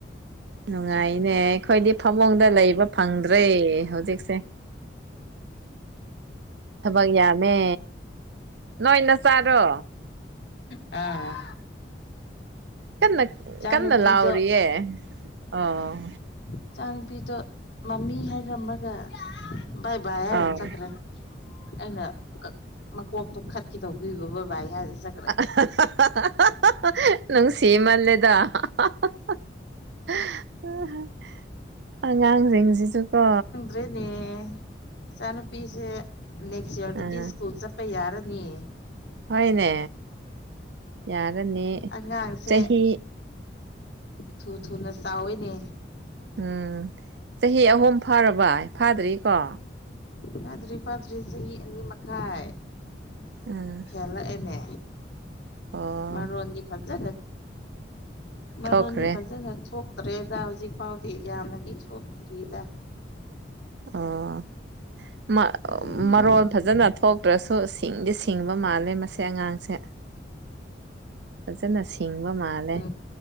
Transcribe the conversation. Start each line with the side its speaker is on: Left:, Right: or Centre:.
Right: ꯅꯨꯡꯉꯥꯏꯅꯦ ꯑꯩꯈꯣꯏꯗꯤ ꯐꯃꯨꯡꯗ ꯂꯩꯕ ꯐꯪꯗ꯭ꯔꯦ ꯍꯧꯖꯤꯛꯁꯦ ꯊꯕꯛ ꯌꯥꯝꯃꯦ ꯅꯣꯏꯅ ꯆꯥꯔꯣ
Left: ꯑꯥ
Right: ꯀꯟꯅ
Left: ꯏꯆꯥꯅꯨꯄꯤꯗꯣ
Right: ꯀꯟꯅ ꯂꯥꯎꯔꯤꯌꯦ ꯑꯣ
Left: ꯏꯆꯥ ꯅꯨꯨꯄꯤꯗꯣ ꯃꯃꯤ ꯍꯥꯏꯔꯝꯃꯒ ꯕꯥꯕ
Right: ꯑꯣ
Left: ꯃ ꯆꯈ꯭ꯔꯦ ꯑꯩꯅ ꯀꯣꯛꯇꯣ ꯈꯠꯈꯤꯦ ꯇꯧꯕꯤꯕ ꯕꯥꯏ ꯍꯥꯏꯔꯤ ꯆ
Right: <unintelligible> ꯅꯨꯡꯁꯤꯃꯜꯂꯦꯗ <unintelligible> ꯑꯉꯥꯡꯁꯤꯡꯁꯤꯁꯨ ꯀꯣ
Left: <unintelligible> ꯅꯦ ꯏꯆꯥꯅꯨꯄꯤꯁꯦ ꯅꯦꯛꯁ ꯏꯌꯥꯔꯗꯗꯤ
Right: ꯑꯥ
Left: ꯁ꯭ꯀꯨꯜ ꯆꯠꯄ ꯌꯥꯔꯅꯤ
Right: ꯍꯣꯏꯅꯦ ꯌꯥꯔꯅꯤ
Left: ꯑꯉꯥꯡꯁꯦ
Right: ꯆꯍꯤ
Left: ꯊꯨ ꯊꯨꯅ ꯆꯥꯎꯏꯅꯦ
Right: ꯎꯝ ꯆꯍꯤ ꯑꯍꯨꯝ ꯐꯥꯔꯕꯏ ꯐꯥꯗ꯭ꯔꯤꯀꯣ
Left: ꯐꯥꯗ꯭ꯔꯤ ꯐꯥꯗ꯭ꯔꯤ ꯆꯍꯤ ꯑꯅꯤ ꯃꯈꯥꯏ
Right: ꯎꯝ
Left: ꯍꯦꯜꯂꯛꯑꯦꯅꯦ
Right: ꯑꯣ
Left: ꯃꯔꯣꯟꯗꯤ ꯐꯖꯅ ꯃꯔꯣꯟꯗꯤ
Right: ꯊꯣꯛꯈ꯭ꯔꯦ
Left: ꯐꯖꯅ ꯊꯣꯛ ꯇ꯭ꯔꯦꯗ ꯍꯧꯖꯤꯛ ꯐꯥꯎꯗꯤ ꯌꯥꯝꯅꯗꯤ ꯊꯣꯛꯇ꯭ꯔꯤꯗ
Right: ꯑꯣ
Left: ꯎꯝ
Right: ꯃꯔꯔ ꯐꯖꯅ ꯊꯣꯛꯇ꯭ꯔꯁꯨ ꯁꯤꯡꯗꯤ ꯁꯤꯡꯕ ꯃꯥꯜꯂꯦ ꯃꯁ ꯑꯉꯥꯡꯁꯦ ꯐꯖꯅ ꯁꯤꯡꯕ ꯃꯥꯜꯂꯦ
Left: ꯑ